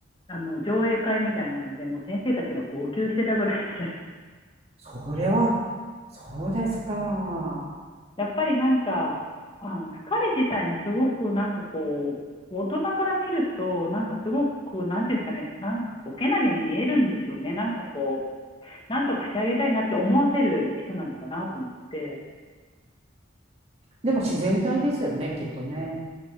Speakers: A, on the left; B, on the right.
A: あの、上映会みたいなので、もう先生たちが号泣してたぐらいで
B: それは、そうですか。
A: やっぱりなんか、あ、彼自体もすごくなんかこう、大人から見ると、なんかすごく、なんていうんですかね、なんかこう、けなげに見えるんでしょうね。なんかこう、なんとかしてあげたいなって思わせる人なのかなと思って、
B: でも自然体ですよね、きっとね。